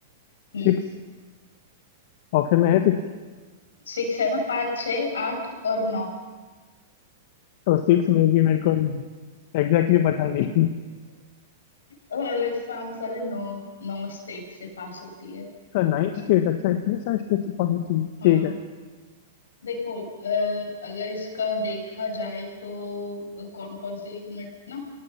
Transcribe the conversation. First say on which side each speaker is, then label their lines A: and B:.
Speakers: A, on the left; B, on the left.
A: हम्म
B: सिक्स ऑप्शन में है सिक्स
A: सिक्स है ना पाँच छः आठ और नौ
B: तो सिक्स में भी मेरे को एग्जैक्टली exactly पता नहीं
A: अ, इसका आंसर है नौ नौ स्टेट से पास होती है
B: अच्छा नाइन स्टेट अच्छा इतने सारे स्टेट से पहुंची थी
A: हाँ
B: ठीक है
A: देखो अ, अगर इसका देखा जाए तो कौन कौन से एक मिनट ना